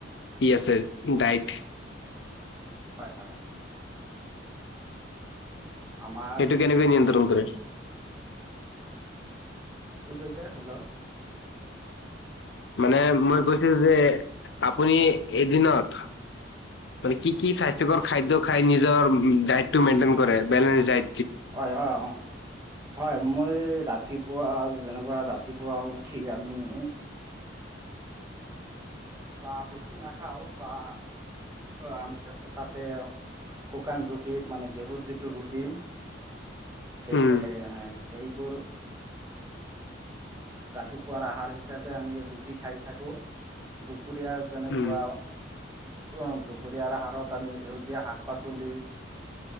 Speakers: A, on the left; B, on the right.
A: পিয়ছৰ ডাইট <inaudible>
B: হয় হয়। আমাৰ
A: সেইটো কেনেকৈ নিয়ন্ত্ৰণ কৰে?
B: কিক কৈছা, হেল্ল'
A: মানে মই কৈছিলো যে আপুনি এদিনত মান কি কি স্বাস্থ্যকৰ খাদ্য খাই নিজৰ উম ডাইটটো টো মেইনটেইন কৰে বেলেঞ্চ যায়।
B: অ' অ' অ' হয় মই ৰাতি ৰাতিপুৱা যেনেকুৱা ৰাতিপুৱা উঠি আমি চাহ বেছি নাখাও চাহ উম তাতে শুকান ৰুটি মানে গেহুত যিটো ৰুটি সেই
A: উম
B: হে সেইবোৰ ৰাতিপুৱাৰ আহাৰ হিচাপে আমি ৰুটি খাই থাকো, দুপ দুুপৰীয়া যেনেকুৱা
A: উম
B: উ দুপৰীয়াৰ আহাৰত আমি সেউজীয়া শাক পাচলি